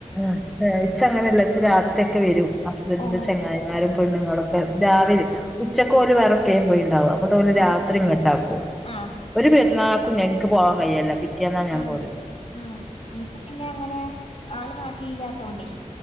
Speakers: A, in the centre; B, on the left.
A: ആആഹ് ഇച്ച് അങ്ങനെ ഇച്ച് രാത്രീക്കെ വരും ഹസ്ബന്റിന്റെ
B: ഓ
A: ചെങ്ങായിമാരും പെണ്ണുങ്ങളൊക്കെ രാവിലെ ഉച്ചക്കോല് വേറെക്കെയും പോയി ഉണ്ടാവാം ഇങ്ങോട്ടോല്
B: ആഹ്
A: രാത്രി ഇങ്ങോട്ടാക്കും.
B: ആഹ്
A: ഒരു
B: എനിക്ക്
A: പെരുന്നാൾക്കും
B: പിന്നെ
A: ഞ എനിക്ക് പോവാാൻ കഴിയല്ല പിറ്റേന്നാ ഞാൻ
B: ആഹ്
A: പോവല്
B: ആ എനിക്ക് പിന്നെ അങ്ങനെ ആള് നാട്ടിലില്ലാത്തോണ്ടേ